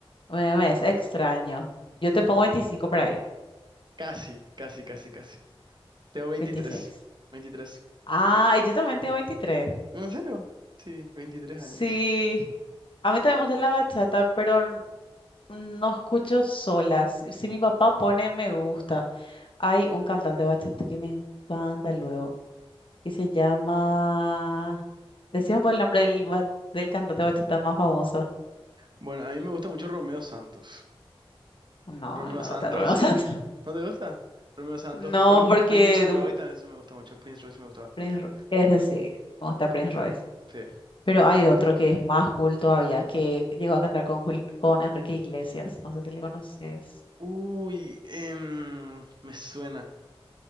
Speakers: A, on the left; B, on the right.
A: me, me es extraño. Yo te pongo 25 por ahí,
B: Casi, casi, casi, casi. Tengo veintitrés
A: veintiséis
B: veintitrés
A: Ah, y yo también tengo veintitrés
B: ¿En serio? Sí, 23
A: Sí,
B: años.
A: a mí también me gusta la bachata, pero No escucho solas. Si mi papá pone me gusta, hay un cantante bachata que me encanta luego, que se llama... Decimos por el nombre del, ba- del cantante bachata más famoso.
B: Bueno, a mí me gusta mucho Romeo Santos.
A: No,
B: Romeo
A: no,
B: Santos,
A: te arruinas. <laughs>
B: ¿no te gusta? Romeo Santos,
A: No,
B: Pri-
A: porque
B: Prince
A: du-
B: Roy también sí me gusta mucho. Prince Roy sí me gusta bastante.
A: Prince, Ro- ese sí, como está Prince Royce.
B: Sí,
A: Pero
B: bastante.
A: hay otro que es más cool todavía, que llegó a cantar con, Jul- con Enrique Iglesias. No sé si le conoces.
B: Uy, em, me suena.